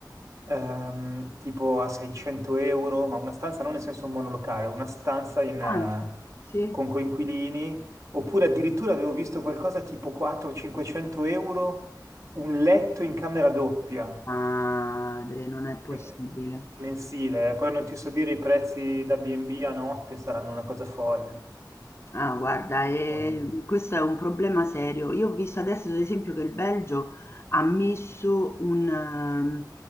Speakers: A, on the right; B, on the left.
A: ehm, tipo a 600 euro, ma una stanza non nel senso un monolocale, una stanza in, eh,
B: Anzi, sì.
A: con coinquilini. Oppure addirittura avevo visto qualcosa tipo 400-500 euro, un letto in camera doppia,
B: Madre, non è possibile.
A: eh, mensile. eh. Poi non ti so dire i prezzi da B&B a notte saranno una cosa folle.
B: Ah, guarda, ehm,
A: Folle.
B: questo è un problema serio. Io ho visto adesso, ad esempio, che il Belgio ha messo un, ehm,